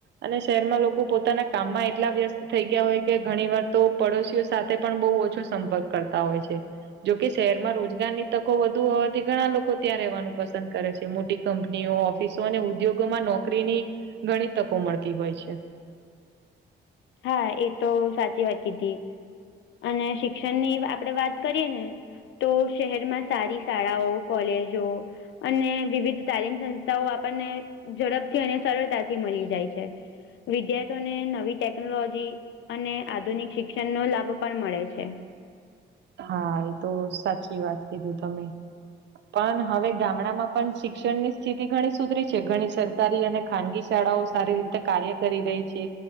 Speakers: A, on the right (about 60°); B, on the left (about 70°).
A: અને શહેરમાં લોકો પોતાના કામમાં એટલા વ્યસ્ત થઈ ગયા હોય કે, ઘણી વાર તો પડોશઓ સાથે પણ બહુ ઓછો સંપર્ક કરતા હોય છે. જોકે શહેરમાં રોજગારની તકો વધુ હોવાથી ઘણા લોકો ત્યાં રહેવાનું પસંદ કરે છે, મોટી કંપનીઓ, ઓફિસો અને ઉદ્યોગોમાં નોકરીની ઘણી તકો મળતી હોય છે.
B: હા, એ તો સાચી વાત કીધી. અને શિક્ષણની આપણે વાત કરીએ ને. તો શહેરમાં સારી શાળાઓ, કોલેજો અને વિવિધ તાલીમ સંસ્થાઓ આપણને ઝડપથી અને સરળતાથી મળી જાય છે. વિદ્યાર્થીઓને નવી ટેકનોલોજી અને આધુનિક શિક્ષણનો લાભ પણ મળે છે.
A: હા, એ તો સાચી વાત કીધું તમે. પણ હવે ગામડામાં પણ શિક્ષણની સ્થિતિ ઘણી સુધરી છે, ઘણી સર સરકારી અને ખાનગી શાળાઓ સારી રીતે કાર્ય કરી રહી છે.